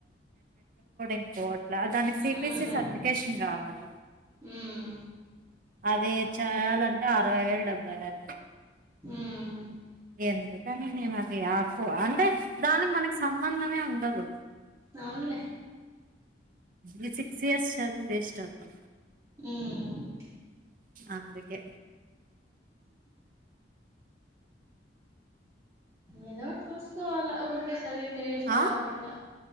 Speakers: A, on the right; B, on the right.
A: ఇంకో అట్లా దానికి సిపిసి
B: అవునులే
A: సర్టిఫికేషన్ కావాలి
B: ఉమ్
A: అది చేయాలంటే అరవై వేలు డెబ్బై వేలు
B: ఆ
A: ఎందుకని నేను అది ఆకువ అంటే దానికి మనకి సంబంధమే ఉండదు
B: అవునులే
A: ఈ సిక్స్ ఇయర్స్ చది వేస్ట్ అవుతా
B: ఉమ్
A: అందుకే
B: ఏదసు చసుకోవాల ఊరికే చదివిని వేస్ట్
A: ఆ
B: కాకుండా